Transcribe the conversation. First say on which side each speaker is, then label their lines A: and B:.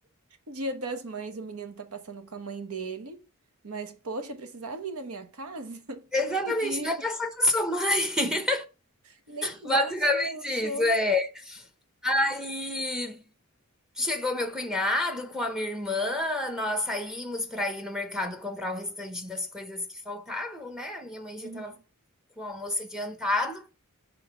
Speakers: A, on the right (about 80°); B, in the centre.
A: Dia das Mães, o menino tá passando com a mãe dele, mas poxa, precisava vir na minha casa? <laughs>
B: exatamente,
A: Então podia.
B: vai passar com a sua mãe.
A: Nem
B: Basicamente
A: boss eu sou.
B: isso, é. Aí chegou meu cunhado com a minha irmã, nós saímos para ir no mercado comprar o restante das coisas que faltavam, né? A minha mãe
A: Uhum.
B: já estava com o almoço adiantado.